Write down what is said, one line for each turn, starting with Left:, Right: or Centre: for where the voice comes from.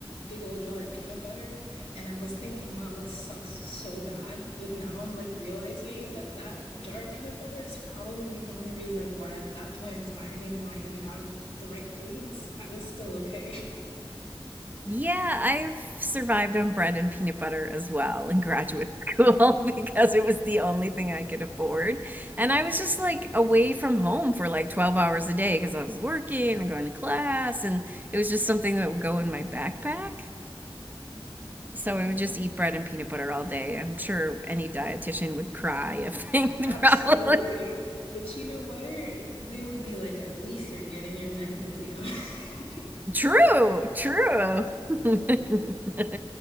Left: big old jar of peanut butter. And I was thinking, wow, this sucks so bad. But now I'm like realizing that that jar of peanut butter is probably the only reason why at that point in time, even though I didn't have the right foods, I was still okay. <laughs>
Right: Yeah, I've survived on bread and peanut butter as well in graduate <laughs> school because it was the only thing I could afford. And I was just like away from home for like 12 hours a day because I was working and going to class, and it was just something that would go in my backpack. So
Left: Oh,
Right: I would just eat bread and peanut butter all day. I'm sure any dietitian would cry if <laughs> they probably
Left: Absolutely. But you know what? They would be like, at least you're getting your magnesium. <laughs>
Right: True, true. <laughs>